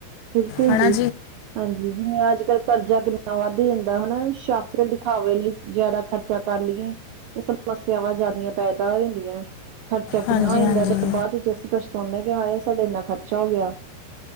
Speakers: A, on the right; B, on the left.
A: ਬਿਲਕੁਲ
B: ਹੈ
A: ਜੀ।
B: ਨਾ
A: ਹਾਂਜੀ ਜਿਵੇਂ ਅੱਜ-ਕੱਲ ਕਰਜ਼ਾ ਕਿੰਨਾ ਵੱਦ ਜਾਂਦਾ ਹਨਾ ਸ਼ੌਕਰ ਦਿਖਾਵੇ ਲਈ। ਜ਼ਾਅਦਾ ਖਰਚਾ ਕਰ ਲਈਏ ਤੇ ਸਮੱਸਿਆਵਾਂ ਜ਼ਿਆਦੀਆਂ ਪੈਦਾ ਹੋ ਜਾਂਦੀਆਂ। ਖਰਚਾ ਕਿੰਨਾ
B: ਹਾਂਜੀ-ਹਾਂਜੀ,
A: ਹੋ ਜਾਂਦਾ ਤੇ ਬਾਦ ਵਿੱਚ ਅਸੀਂ ਪਛਤੋਨੇ ਆ ਕਿ ਹਾਏ ਸਾਡਾ ਇੰਨਾ ਖਰਚਾ ਹੋ ਗਿਆ।